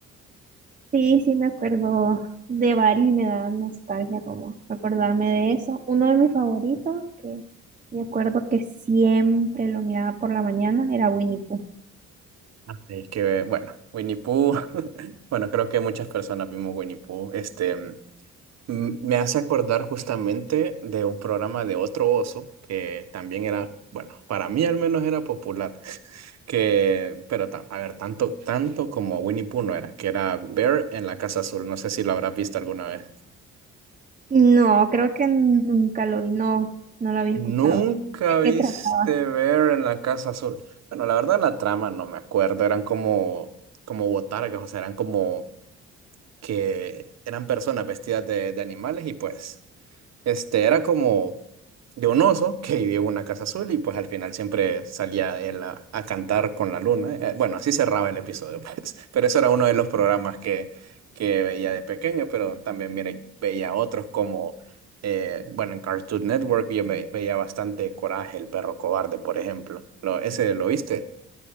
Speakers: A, on the right; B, on the right.
A: Sí, sí, me acuerdo de varios y me da nostalgia como acordarme de eso. Uno de mis favoritos, que me acuerdo que siempre lo miraba por la mañana, era Winnie Pooh.
B: Es que, bueno, Winnie Pooh, <laughs> bueno, creo que muchas personas vimos Winnie Pooh. Este, mm, me hace acordar justamente de un programa de otro oso que también era, bueno, para mí al menos era popular, <laughs> que, pero ta- a ver, tanto, tanto como Winnie Pooh no era, que era Bear en la Casa Azul. No sé si lo habrás visto alguna vez.
A: No, creo que nunca lo vi, no, no lo había
B: ¿Nunca
A: escuchado. ¿De
B: viste
A: qué trataba?
B: Bear en la Casa Azul? Bueno, la verdad la trama no me acuerdo, eran como, como botargas, o sea, eran como que eran personas vestidas de, de animales y pues este era como de un oso que vivía en una casa azul y pues al final siempre salía él a, a cantar con la luna. Eh, Bueno, así cerraba el episodio, <laughs> pues. Pero eso era uno de los programas que, que veía de pequeño, pero también mire, veía otros como, eh, bueno, en Cartoon Network yo ve- veía bastante Coraje, el perro cobarde, por ejemplo. Lo, ¿ese lo viste?